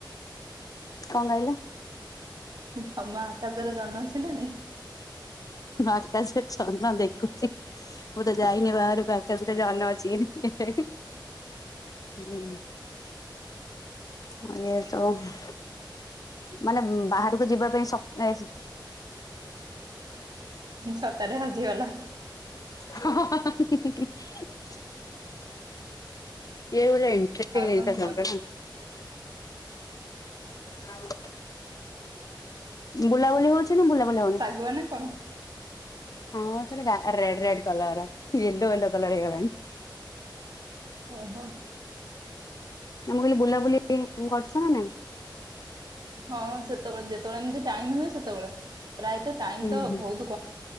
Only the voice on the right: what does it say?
ତମ ଆକାଶରେ ଜହ୍ନ ଆସିଲାଣି?
ଛତା ଟା ହଜିଗଲା।
ହୁଁ
କଣ କୁହ
ଭଗଆ ନା କଣ <unintelligible>
ଓହୋ
ହଁ ସେତେବେଳେ ଯେତେବେଳେ ଏମିତି ଟାଇମ ହୁଏ ସେତେବେଳେ ପ୍ରାୟତଃ ଟାଇମ
ତ
ବହୁତ